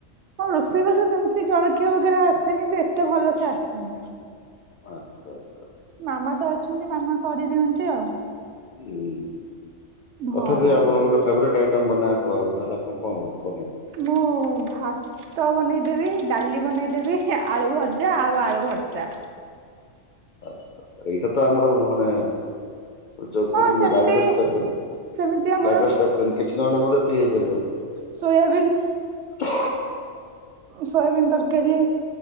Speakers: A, on the right; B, on the left.
A: ହଁ ରୋଷେଇବାସ ସେମିତି ଜଳଖିଆ ବଗେରା ଆସେ କିନ୍ତୁ ଏତେ ଭଲ ସେ ଆସେନା।
B: ଆଚ୍ଛା ଆଚ୍ଛା।
A: ମାମା ତ ଅଛନ୍ତି, ମାମା କରିଦିଅନ୍ତି ଆଉ।
B: ହୁଁ,
A: ହଁ
B: ତଥାପି ଆପଣ ଗୋଟେ ସବରେଟ୍ ଆଇଟମ୍ ବନେଇବାକୁ କୁହାହବ, ତାହେଲେ ଆପଣ କଣ କଣ ବନେଇପାରିବେ?
A: ମୁଁ ଭାତ ତ ବନେଇଦେବି, ଡାଲି ବନେଇଦେବି, ଆଳୁ ଭଜା ଆଉ ଆଳୁ ଭର୍ତା।
B: ଆଚ୍ଛା ଆଚ୍ଛା। ଏଇଟା ତ ଆମର ମାନେ ଯୋଉ
A: ହଁ
B: କହୁଛନ୍ତି
A: ସେମିତି
B: ଗାଡି <unintelligible>
A: ସେମିତି ଆମର
B: କିଛି ନହେଲେ ମଧ୍ୟ ଟି ହେଇପାରିବ।
A: ସୋୟାବିନ
B: ହ
A: ସୋୟାବିନ ତରକାରୀ